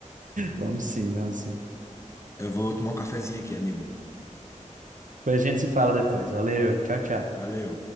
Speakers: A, on the right (about 75°); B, on the left (about 20°).
A: Vamos sim, vamos sim.
B: Eu vou tomar um cafezinho aqui, amigo.
A: Depois a gente se fala depois. Valeu, tchau, tchau.
B: Valeu.